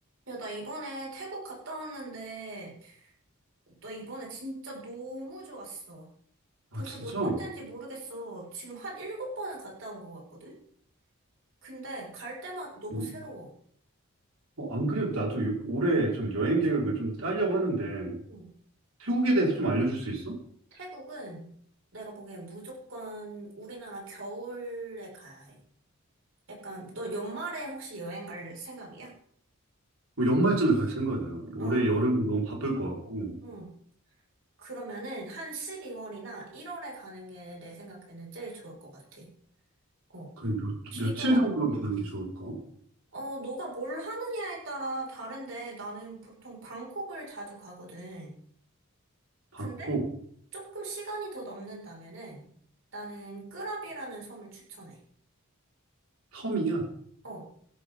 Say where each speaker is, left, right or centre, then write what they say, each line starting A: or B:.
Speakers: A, on the right; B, on the right.
A: 야, 나 이번에 태국 갔다 왔는데, 나 이번에 진짜 너무 좋았어.
B: 아,
A: 벌써
B: 진짜?
A: 몇 번째인지
B: 어,
A: 모르겠어. 지금 한 일곱 번은 갔다 온 것 같거든? 근데 갈 때마다 너무
B: 음,
A: 새로워.
B: 어, 안 그래도 나도 요- 올해 좀 여행 계획을 좀 짜려고 하는데,
A: 응.
B: 태국에 대해서 좀 알려줄 수 있어?
A: 태국은 내가 보기엔 무조건 우리나라 겨울에 가야 해. 약간, 너 연말에 혹시 여행 갈 생각이야?
B: 뭐 연말쯤에 갈 생각이야. 올해
A: 어, 거-
B: 여름은 너무 바쁠 것 같고,
A: 응. 그러면은 한 12월이나 1월에 가는 게 내 생각에는 제일 좋을 것 같아. 어.
B: 그 몇,
A: 비도
B: 며칠
A: 안
B: 정도로
A: 오고.
B: 가는 게 좋을까?
A: 어, 너가 뭘 하느냐에 따라 다른데 나는 보통 방콕을 자주 가거든.
B: 방콕,
A: 근데 조금 시간이 더 남는다면은 나는 끄라비라는 섬을 추천해.
B: 섬이야.
A: 어,